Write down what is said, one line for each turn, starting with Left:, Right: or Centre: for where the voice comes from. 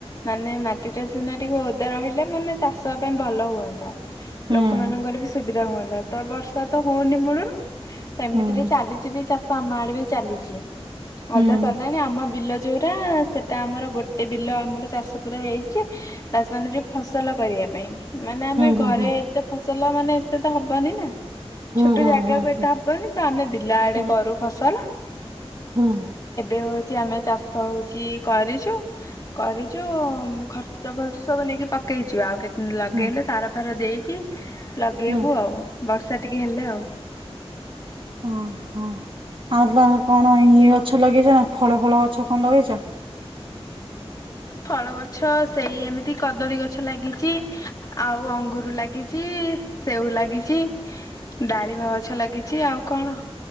Left: ମାନେ ମାଟିଟା ସିନା ଟିକେ ଓଦା ରହିଲେ ମାନେ ଚାଷ ପାଇଁ ଭଲ ହୁଅନ୍ତା
Right: ହୁଁ
Left: ଲୋକମାନାନଙ୍କର ବି ସୁବିଧା ହୁଅନ୍ତା ତ ବର୍ଷା ତ ହଉନି ମୂଳରୁ ସେମିତିରେ
Right: ହୁଁ
Left: ଚାଲିଛିିବ ଚାଷ ଆମ ଆଡ ବି ଚାଲିଛି
Right: ହୁଁ
Left: ଅଧା ସରିଲାଣି ଆମ ବିଲ ଯୋଉଟା ସେଟା ଆମର ଗୋଟେ ବିଲ ଆମର ଚାଷ ପୁରା ହେଇଛି ବା ସେମାନୋନେ ଯୋଉ ଫସଲ କରିବା ପାଇଁ ମାନେ ଆମେ
Right: ହୁଁ
Left: ଘରେ
Right: ହୁଁ
Left: ଏତେ ଫସଲ ମାନେ ଏତେ ତ ହବ ବନନା
Right: ହୁଁ
Left: ଛୋଟ
Right: ହୁଁ
Left: ଜାଗାକୁ
Right: ହୁଁ
Left: ଏତେ
Right: ହୁଁ
Left: ହବନି ତ ଆମେ ବିଲ ଆଡେ
Right: ହୁଁ ହୁଁ
Left: କରୁ ଫସଲ
Right: ହୁଁ
Left: ଯୋଉ ହଉଛି ଆମେ ଚାଷ ହଉଛି କରିଛୁ କରିଛୁ ଖତ ଫତ ସବୁ ନେଇକି ପକେଇଛୁ ଆଉ କେତେ ଲଗେଇଲେ
Right: ହୁଁ
Left: ସାର ଫାର ଦେଇ କି ଲଗେଇବୁ
Right: ହୁଁ
Left: ଆଉ ବର୍ଷା ଟିକେ ହେଲେ ଆଉ
Right: ଓ ହୋ ଆଉ ତମେ କଣ ଇଏ ଗଛ ଲଗେଇଛ ନା ଫଳ ଫଳ ଗଛ କଣ ଲଗେଇଛ
Left: ଫଳ ଗଛ ସେଇ ଏମିତି କଦଳୀ ଗଛ ଲାଗିଛି ଆଉ ଅଙ୍ଗୁର ଲାଗିଛି ସେଉ ଲାଗିଛି ଡାଳିମ ଗଛ ଲାଗିଛି ଆଉ କଣ